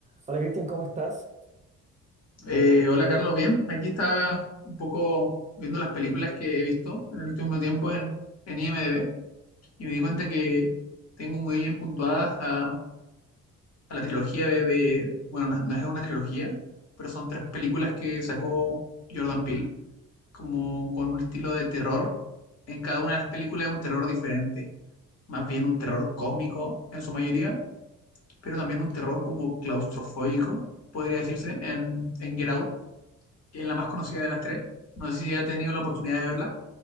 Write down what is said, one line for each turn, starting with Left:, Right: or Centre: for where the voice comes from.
Right: Hola Cristian, ¿cómo estás?
Left: Eh, hola Carlos, bien. Aquí estaba un poco viendo las películas que he visto en el último tiempo en, en IMDb y me di cuenta que tengo muy bien puntuadas a, a la trilogía de, de- bueno, no, no es una trilogía, pero son tres películas que sacó Jordan Peele, como con un estilo de terror. En cada una de las películas es un terror diferente, más bien un terror cósmico en su mayoría, pero también un terror como claustrofóbico, podría decirse, en, en Get Out que es la más conocida de las tres. No sé si ha tenido la oportunidad de verla.